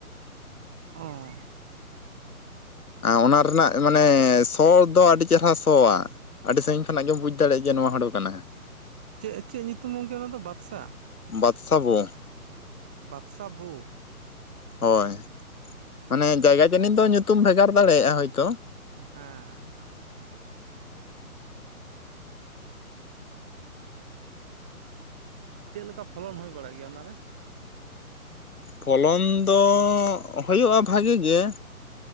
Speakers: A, in the centre; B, on the left (about 75°).
A: ᱚᱸᱻ
B: ᱚᱱᱟ ᱨᱮᱱᱟᱜ ᱢᱟᱱᱮ ᱥᱚ ᱫᱚ ᱟᱹᱰᱤ ᱪᱮᱨᱦᱟ ᱥᱚᱣᱟ᱾ ᱟᱹᱰᱤ ᱥᱟᱺᱜᱤᱧ ᱠᱷᱚᱱᱟᱜ ᱜᱮᱢ ᱵᱩᱡᱽ ᱫᱟᱲᱮᱭᱟᱜᱼᱟ ᱡᱮ ᱱᱚᱣᱟ ᱦᱳᱲᱳ ᱠᱟᱱᱟ᱾
A: ᱪᱮᱫ ᱪᱮᱫ ᱧᱩᱛᱩᱢ ᱜᱚᱝᱠᱮ ᱚᱱᱟ ᱫᱚ ᱵᱟᱫᱥᱟ?
B: ᱵᱟᱫᱥᱟ ᱵᱚ
A: ᱵᱟᱫᱥᱟ ᱵᱚᱼᱼ
B: ᱦᱳᱭ ᱢᱟᱱᱮ ᱡᱟᱭᱜᱟ
A: ᱟᱪᱪᱷᱟ
B: ᱡᱟᱹᱱᱤ ᱫᱚ ᱧᱩᱛᱩᱢ ᱵᱷᱮᱜᱟᱨ ᱫᱟᱲᱮᱭᱟᱜᱼᱟ ᱦᱳᱭᱛᱳ
A: ᱦᱮᱸᱦᱮᱸ ᱦᱮᱸᱦᱮᱸᱦᱮᱸ, ᱪᱮᱫ ᱞᱮᱠᱟ ᱯᱷᱚᱞᱚᱱ ᱦᱩᱭ ᱵᱟᱲᱟᱜ ᱜᱮᱭᱟ ᱚᱱᱟᱨᱮ?
B: ᱯᱷᱚᱞᱚᱱ ᱫᱚ ᱦᱩᱭᱩᱜᱼᱟ ᱵᱷᱟᱜᱤ ᱜᱮ᱾